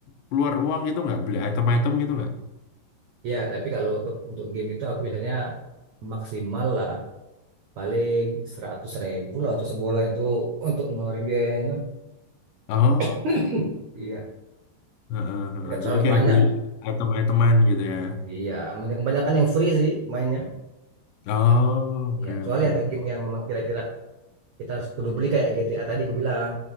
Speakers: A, on the left; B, on the right.
A: keluar uang gitu nggak? Beli item-item gitu nggak?
B: ya tapi kalau untuk untuk game itu aku biasanya maksimal lah paling seratus ribu lah untuk sebulan itu untuk ngeluarin biayanya
A: Oh,
B: <clears throat> iya
A: heeh, heeh.
B: nggak terlalu
A: Jadi kayak
B: banyak
A: beli item-iteman gitu ya.
B: Iya, men- kebanyakan yang free sih mainnya.
A: Oh, oke,
B: Iya, kecuali
A: oke,
B: ada
A: oke.
B: game yang memang kira-kira kita harus kudu beli kayak GTA tadi aku bilang.